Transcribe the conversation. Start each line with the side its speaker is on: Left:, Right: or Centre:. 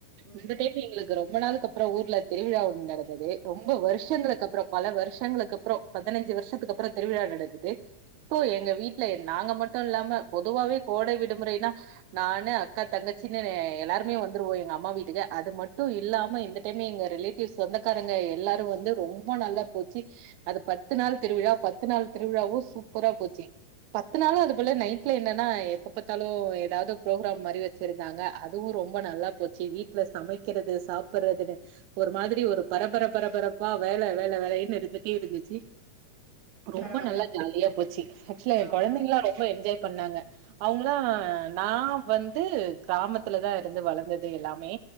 Left: ம்.
Right: இந்த டைம் எங்களுக்கு ரொம் ரொம்ப நாளுக்கு அப்பறோ ஊர்ல திருவிழா ஒன்னு நடந்தது ரொம்ப வருஷங்களுக்கு அப்பறோ பல வருஷங்களுக்கு அப்பறோ பதனஞ்சு வருஷத்துக்கு அப்பறோ திருவிழா நடந்தது இப்போ எங்க வீட்ல நாங்க மட்டு இல்லாம பொதுவாவே கோடை விடுமுறைனா நானு அக்கா தங்கச்சின்னு எல்லாருமே வந்துருவோ எங்க அம்மா வீட்டுக்கு அது மட்டு இல்லாம இந்த டைம் எங்க ரிலேட் டிப்ஸ் சொந்தக்காரவங்க எல்லாரு வந்து ரொம்ப நல்லா போச்சு அது பத்து நாள் திருவிழா பத்து நாள் திருவிழாவு சூப்பரா போச்சு பத்து நாளு அதுகுல நைட்ல என்னன்னா எப்ப பாத்தாலு ஏதாவது ப்ரோக்ராம் மாதிரி வச்சு ருந்தாங்க அதுவும் ரொம்ப நல்லா போச்சு வீட்ல சமைக்கிறது சாப்ட்றது ஒரு மாதிரி ஒரு பரபர பரபரப்பா வேலை வேலை வேலைன்னு இருந்துட்டே இருந்துச்சு ரொம்ப
Left: பரவால்ல.
Right: நல்லா ஜாலியா போச்சு ஆக்சுவல
Left: ஆ.
Right: கொழந்தைங்க எல்லா ரொம்ப என்ஜாய் பண்ணாங்க அவுங்களா நா வந்து கிராமத்துலதான் இருந்து வளர்ந்தது எல்லாமே